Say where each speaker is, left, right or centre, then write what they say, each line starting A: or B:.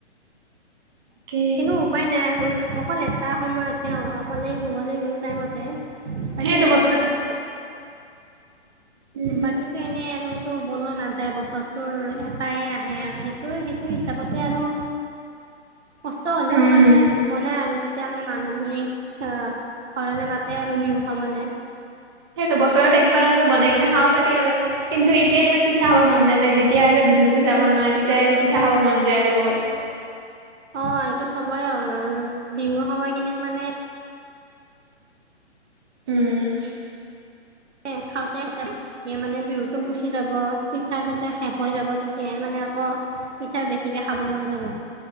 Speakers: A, on the right; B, on the right.
A: কি
B: কিন্তু উপায় নাই আৰু অকল এটা সময়তে অকলে ভোগালী বিহু টাইমতে। তাকে
A: সেইটো বস্তু
B: বাকীটো
A: উম
B: বাকীতো এনেই আনো টো বনোৱা নাযায় বছৰটোৰ এটাই আহে আৰু সেইটো সেইটো হিচাপতে আৰু কষ্ট হ'লেও
A: উম।
B: মানে বনাই আৰু তেতিয়া মানে মানুহখিনিক আ ঘৰলে মাতে আৰু বিহু খাবলে।
A: সেই দুবছৰত একবাৰ আৰু বনাই কেনে খাব পাৰি আৰু। কিন্তু এতিয়া ইমান পি পিঠা খাব মন নাযায়। যেতিয়া আৰু বিহুতো যাব নহয়, তেতিয়া পিঠা খাব মন যায় আৰু বহুত।
B: অ', এইটো চবৰে হয় বাৰু। বিহুৰ সময়খিনিত মানে
A: উম।
B: <unintelligible> খাওঁতে। এ মানে বিহুতো গুচি যাব, পিঠা-চিঠা শেষ হৈ যাব। তেতিয়াহে মানে আকৌ কৌ পিঠা বেছিকে খাব মন যাব।